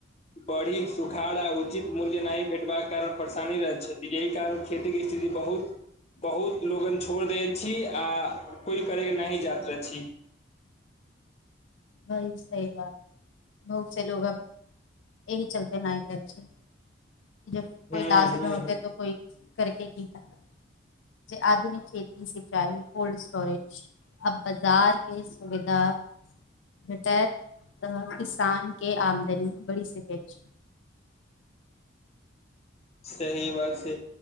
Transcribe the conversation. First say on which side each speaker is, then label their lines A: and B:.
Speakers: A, on the left; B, on the left.
A: बड़ी सुखार आ उचित मूल्य नहि भेटबाक कारण परेशानी रहैत छथि यहि कारण खेती केँ स्थिति बहुत बहुत लोगन छोड़ि देत छी आ कोई करे के नहि जात रहत छी
B: होइ छै ई बात बहुत से लोग अब एहि चलते नहि करै छै जब
A: हूँ
B: कोइ लाभे
A: हूँ
B: नऽ होतै
A: हूँ
B: तऽ कोइ करके की करत जे आधुनिक खेती से चाही कोल्ड स्टोरेज अब बाजार के सुविधा भेटैत तब किसान के आमदनी बढ़ि सकैत छै
A: सही बात छै